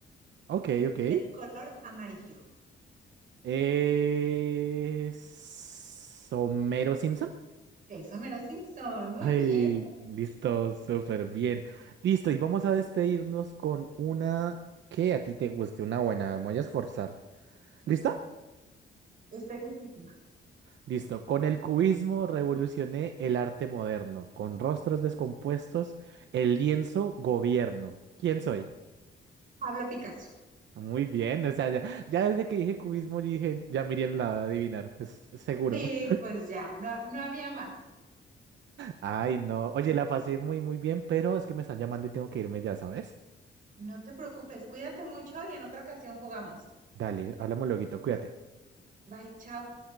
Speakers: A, on the right; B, on the right.
A: ok,
B: y
A: ok.
B: es color amarillo.
A: Es Homero Simpson.
B: Eso, Mero Simpson, muy
A: Ay,
B: bien.
A: listo, súper bien. Listo, y vamos a despedirnos con una que a ti te guste, una buena, me voy a esforzar. ¿Listo?
B: Estoy listísima.
A: Listo. Con el cubismo revolucioné el arte moderno. Con rostros descompuestos, el lienzo gobierno. ¿Quién soy?
B: Pablo Picasso.
A: Muy bien, o sea, ya, ya desde que dije cubismo, yo dije, ya Miriam la va a adivinar, es es seguro.
B: Sí, pues ya, no, no había más.
A: Ay, no. Oye, la pasé muy, muy bien, pero es que me están llamando y tengo que irme ya, ¿sabes?
B: No te preocupes, cuídate mucho y en otra ocasión jugamos.
A: Dale, hablamos luego, cuídate.
B: Bye, chao.